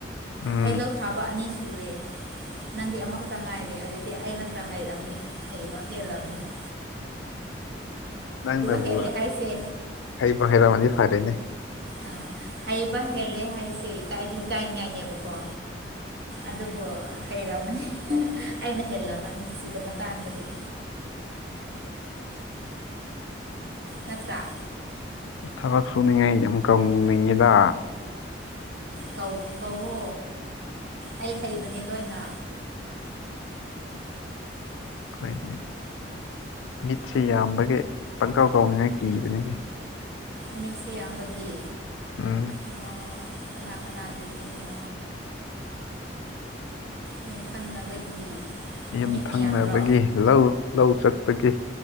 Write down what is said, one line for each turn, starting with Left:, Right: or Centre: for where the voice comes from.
Left: ꯎꯝ
Right: ꯑꯩ ꯂꯧ ꯊꯥꯕ ꯑꯅꯤ ꯁꯨꯔꯦ ꯅꯪꯗꯤ ꯑꯃꯈꯛꯇ ꯉꯥꯏꯔꯦ ꯑꯗꯨꯏꯗꯤ ꯑꯩꯅ ꯈꯔ ꯍꯩꯔꯝꯅꯤ ꯍꯩꯕ ꯍꯦꯜꯂꯝꯅꯤ <inaudible>
Left: ꯅꯪꯅꯕꯨ
Right: ꯍꯦꯜꯂꯦ ꯍꯥꯏꯁꯦ
Left: ꯍꯩꯕꯨ ꯍꯩꯔꯝꯃꯗꯤ ꯐꯔꯦꯅꯦ
Right: ꯑꯥ ꯍ‌ꯩꯕ ꯍꯦꯜꯂꯦ ꯍꯥꯏꯁꯦ ꯏꯀꯥꯏꯗꯤ ꯏꯀꯥꯏꯅꯤꯉꯥꯏꯅꯦꯕꯀꯣ ꯑꯗꯨꯕꯨ ꯍꯩꯔꯝꯃꯅꯤ ꯑꯩꯅ ꯍꯦꯜꯂꯝꯃꯅꯤ ꯁꯤꯗ ꯃꯇꯥꯡꯗꯗꯤ ꯅꯠꯇ꯭ꯔꯥ
Left: ꯊꯕꯛ ꯁꯨꯅꯤꯡꯉꯥꯏ ꯌꯥꯝ ꯀꯧꯅꯤꯡꯉꯤꯗ
Right: ꯀꯧ ꯀꯧꯋꯣ ꯑꯩ ꯍꯩꯕꯅꯤ ꯂꯣꯏꯅ
Left: ꯑꯈꯣꯏꯗꯤ ꯃꯤꯠꯁꯦ ꯌꯥꯝꯕꯒꯤ ꯄꯪꯀꯥꯎ ꯀꯥꯎꯅꯦꯅ ꯀꯤꯕꯅꯤꯅꯦ ꯫
Right: ꯃꯤꯠꯁꯦ ꯌꯥꯝꯕꯒꯤ
Left: ꯎꯝ
Right: ꯑꯣ ꯀꯅꯥ ꯀꯅꯥꯒꯤ ꯃꯤꯠꯅꯣ ꯌꯨꯝ ꯊꯪꯅꯕꯒꯤ
Left: ꯌꯨꯝꯊꯪꯅꯕꯒꯤ
Right: ꯃꯤꯠ ꯃꯌꯥꯝꯔꯣ
Left: ꯂꯧ ꯂꯧ ꯆꯠꯄꯒꯤ